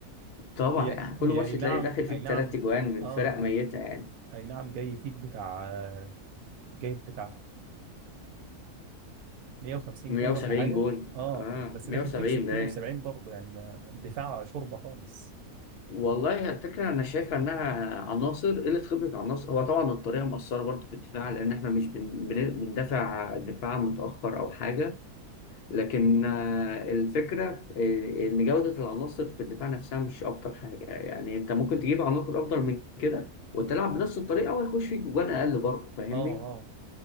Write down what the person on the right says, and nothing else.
هي
هي
اي
نعم
اي نعم
اه
اي
أي نعم جاي فيك بتاع جايب بتاع 150
جون ولا حاجة
اه
بس
داخل فيك 60
و70 برضه يعني ما دفاع شوربة خالص
اه اه